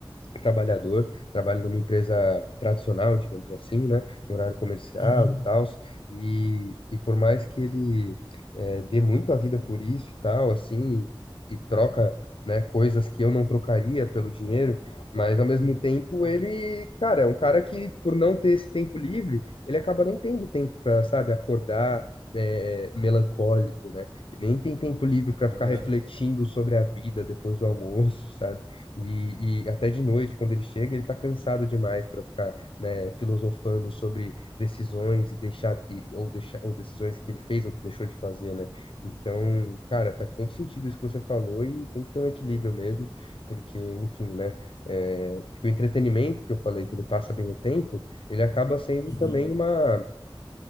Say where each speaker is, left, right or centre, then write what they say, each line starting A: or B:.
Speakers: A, on the left; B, on the left.
A: trabalhador, trabalho numa empresa tradicional, digamos assim, né, no horário comercial
B: uhum,
A: e tal, e, e por mais que ele eh, dê muito a vida por isso e tal, assim, e troca, né, coisas que eu não trocaria pelo dinheiro, mas ao mesmo tempo ele, cara, é um cara que por não ter esse tempo livre, ele acaba nem tendo tempo para, sabe, acordar, né, melancólico, né? Ele Nem tem tempo livre para
B: uhum,
A: ficar refletindo sobre a vida depois do almoço, sabe? E, e até de noite, quando ele chega, ele está cansado demais para ficar, né, filosofando sobre decisões e deixar, e, ou deixar, ou decisões que ele fez ou que deixou de fazer, né? Então, cara, faz todo sentido isso que você falou e tem que ter um equilíbrio mesmo, porque, enfim, né? é, porque o entretenimento que eu falei, que ele passa bem o tempo, ele acaba sendo
B: uhum.
A: também uma